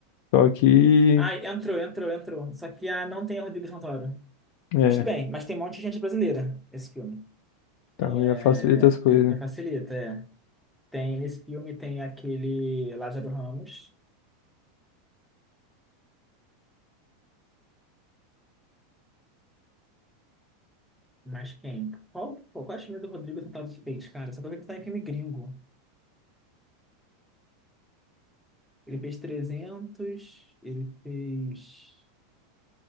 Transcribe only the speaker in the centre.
Ah, entrou, entrou, entrou. Só que ah, não tem o Rodrigo Santoro.
Mas tudo bem, mas tem um monte de gente brasileira esse filme.
É,
já já facilita, é. Tem nesse filme tem aquele Lázaro Ramos, mas quem? Qual, pô, quais filmes do Rodrigo Santoro que fez, cara? Só pra ver que tá em filme gringo. Ele fez 300, ele fez